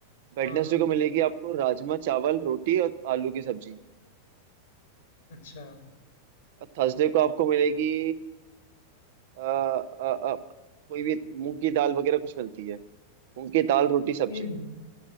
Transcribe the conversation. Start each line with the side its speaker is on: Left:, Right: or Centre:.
Right: वेडनेसडे
Left: हाँ हाँ
Right: को मिलेगी आपको राजमा चावल रोटी और आलू की सब्जी
Left: अच्छा
Right: और थर्सडे को आपको मिलेगी अ, अ, अ, कोई भी मूंग की दाल वगैरह कुछ मिलती है मूंग की दाल रोटी सब्जी
Left: ये